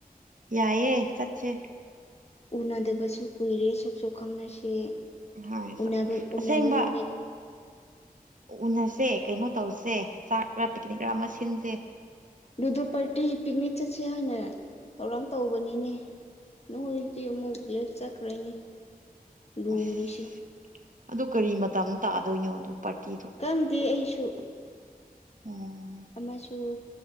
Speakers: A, on the right; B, on the left.
A: ꯌꯥꯏꯑꯦ ꯆꯠꯁꯦ
B: ꯎꯅꯗꯕꯁꯨ ꯀꯨꯏꯔꯦ ꯁꯛ ꯁꯣꯛ ꯈꯪꯅꯁꯦ
A: ꯍꯣꯏ
B: ꯎꯕꯨ
A: ꯑꯁꯦꯡꯕ
B: ꯅꯨꯃꯤꯠ
A: ꯎꯅꯁꯦ ꯀꯩꯅꯣ ꯇꯧꯁꯦ ꯆꯥꯛ ꯈꯔ ꯄꯤꯛꯅꯤꯛ ꯈꯔ ꯑꯃ ꯁꯤꯟꯁꯦ
B: ꯗꯨ ꯄꯥꯔꯇꯤ ꯄꯤꯛꯅꯤꯛ ꯆꯠꯁꯦ ꯍꯥꯏꯅ ꯊꯧꯔꯥꯡ ꯇꯧꯕꯅꯤꯅꯦ ꯅꯣꯡꯔꯤꯗꯤ ꯑꯃ ꯃꯨꯛ ꯂꯩꯦ ꯆꯀꯔꯤꯅꯤ ꯂꯨꯔꯤꯁꯤ
A: ꯑꯁ ꯑꯗꯨ ꯀꯔꯤ ꯃꯇꯝꯗ ꯇꯥꯗꯣꯏꯅꯣ ꯑꯗꯨ ꯄꯥꯔꯇꯤꯗꯨ
B: ꯈꯪꯗꯦ ꯑꯩꯁꯨ
A: ꯑꯣ
B: ꯑꯃꯁꯨ